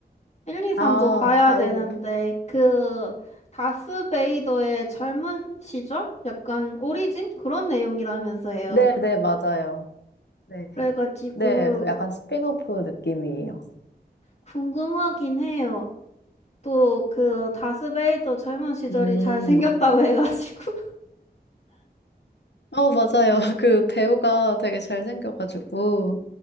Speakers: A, on the left; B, on the left.
A: 1, 2, 3도
B: 아,
A: 봐야
B: 아직
A: 되는데,
B: 못,
A: 그, 다스베이더의 젊은 시절? 약간 오리진? 그런 내용이라면서요.
B: 네네, 맞아요. 네.
A: 그래가지고,
B: 네, 약간 스핀오프 느낌이에요.
A: 궁금하긴 해요. 또, 그, 다스베이더 젊은 시절이
B: 음.
A: 잘생겼다고 <laughs> 해가지고.
B: 어, 맞아요. <laughs> 그 배우가 되게 잘생겨가지고.